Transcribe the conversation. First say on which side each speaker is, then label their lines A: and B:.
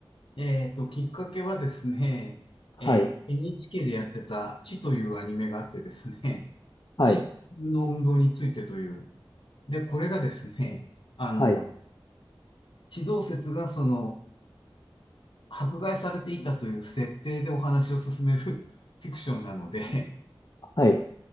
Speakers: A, on the left; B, on the left.
A: えっと、きっかけはですね、え
B: はい
A: NHK でやってた、地というアニメがあってですね、
B: はい
A: 地の運動についてという。で、これがですね、あの、
B: はい
A: 地動説がその、迫害されていたという設定でお話を進める <laughs> フィクションなので、
B: はい